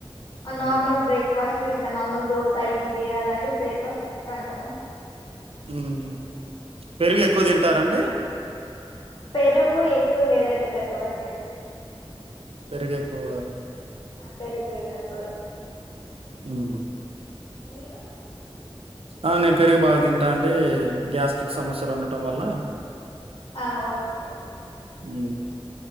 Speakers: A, on the left (about 45°); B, on the right (about 75°).
A: అనార్మల్
B: హ్మ్.
A: బ్రేక్ఫాస్ట్ ఇంకా నార్మల్ దోస ఇడ్లీ అలాంటివి బ్రేక్ఫాస్ట్ చేస్తా ఉంటాము
B: ఉమ్ పెరుగు ఎక్కువ తింటారా అండి
A: పెరుగు ఎక్కువ్ లేదండి తక్కువే పెరుగు
B: పెరుగు ఎక్కువ
A: ఆ పెరుగు తక్కువే తింటాం
B: హ్మ్.
A: మీరు
B: ఆ నేన్ పేరుగ్ బాగ్ తింటా అండి గ్యాస్ట్రిక్ సమస్యలు ఉండటం వల్ల
A: ఆ ఓకే ఓకే
B: ఉమ్